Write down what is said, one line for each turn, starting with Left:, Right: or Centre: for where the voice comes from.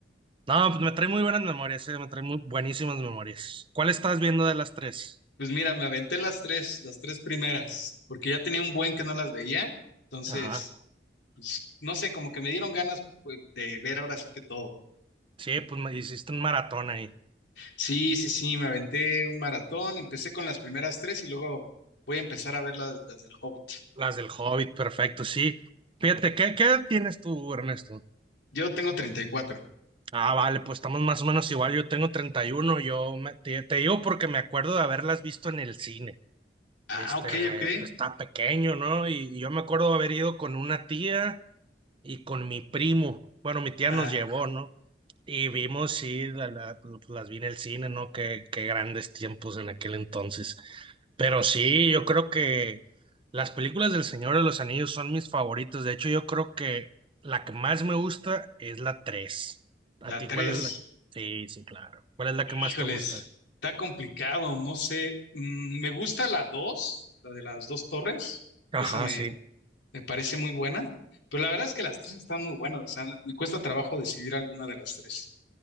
Right: No, pues me trae muy buenas memorias, eh, me trae muy buenísimas memorias. ¿Cuál estás viendo de las tres?
Left: Pues mira, me aventé las tres, las tres primeras, porque ya tenía un buen que no las veía. Entonces,
Right: Ajá.
Left: pues no sé, como que me dieron ganas pues, de ver ahora sí que todo.
Right: Sí, pues me hiciste un maratón ahí.
Left: Sí, sí, sí, me aventé un maratón. Empecé con las primeras tres y luego voy a empezar a ver las, las del Hobbit.
Right: Las del Hobbit, perfecto, sí. Fíjate, ¿qué, qué edad tienes tú, Ernesto?
Left: Yo tengo 34.
Right: Ah, vale, pues estamos más o menos igual, yo tengo 31, yo me- te, te digo porque me acuerdo de haberlas visto en el cine.
Left: Ah,
Right: Este,
Left: ok, ok.
Right: pues, está pequeño, ¿no? Y yo me acuerdo haber ido con una tía y con mi primo. Bueno, mi tía
Left: Ajá,
Right: nos llevó, ¿no? Y vimos, sí, la- la- pues, las vi en el cine, ¿no? Qué, qué grandes tiempos en aquel entonces. Pero sí, yo creo que las películas del Señor de los Anillos son mis favoritas. De hecho, yo creo que la que más me gusta es la 3. ¿A
Left: la
Right: ti
Left: tres.
Right: cuál es la? Sí, sí, claro. ¿Cuál es la
Left: Híjoles,
Right: que más te gusta?
Left: está complicado, no sé. Mm, me gusta la 2, la de las dos torres.
Right: Ajá,
Left: Esa me,
Right: sí.
Left: me parece muy buena. Pero la verdad es que las tres están muy buenas. O sea, me cuesta trabajo decidir alguna de las tres.